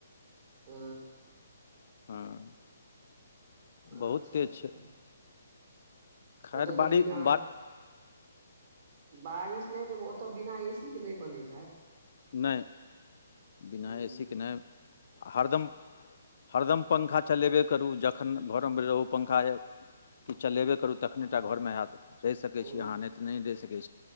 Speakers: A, on the right; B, on the left.
A: ह
B: हँ बहुत
A: अच्छा
B: तेज छै
A: अच्छा
B: खैर
A: ओतऽ त
B: बारी
A: बिना
B: बा
A: बारिश नहि तऽ ओतय बिना एसीके नहि बनैत हैत
B: नहि बिना
A: हूं
B: एसीक के नहि हरदम हरदम पंखा चलेबे करू जखन घरोमे रहू पंखा य कि चलेबे करू तखने टा घरमे हैत रहि सकै
A: ह
B: छी अहाँ नहि तऽ नहि रहि सकै